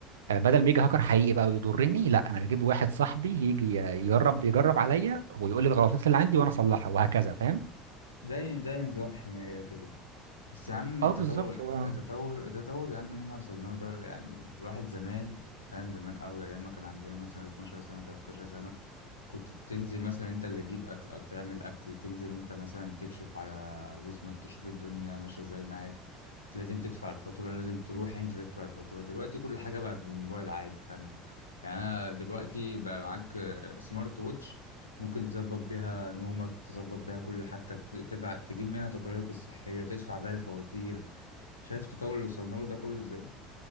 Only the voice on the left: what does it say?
زي زي نظام حماية كده بس يا عم التطور
التطور التطور يا عم اللي احنا وصلنا له ده يعني الواحد زمان فاهم زمان قوي ايام ما كان عندنا مثلا 12 سنة 13 سنة كنت بتنزل مثلا انت اللي تجيب اكل او تعمل اكل تنزل انت مثلا تكشف على جسمك تشوف الدنيا ماشية ازاي معاك لازم تدفع الفاتورة لازم تروح انت تدفع الفاتورة دلوقتي كل حاجة بقت بالموبايل عادي فاهمها يعني انا دلوقتي بقى معاك آه، سمارت ووتش ممكن تظبط بيها نومك تظبط بيها كل حاجتك ت- تبع تجيب منها تقاريرك الصحية تدفع بيها الفواتير شايف التطور اللي وصلنا له ده كله ازاي